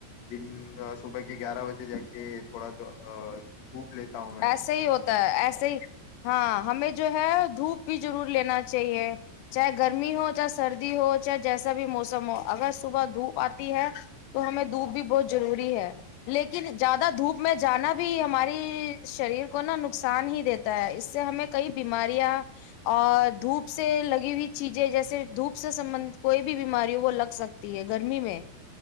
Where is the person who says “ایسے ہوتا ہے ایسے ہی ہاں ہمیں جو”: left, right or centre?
Left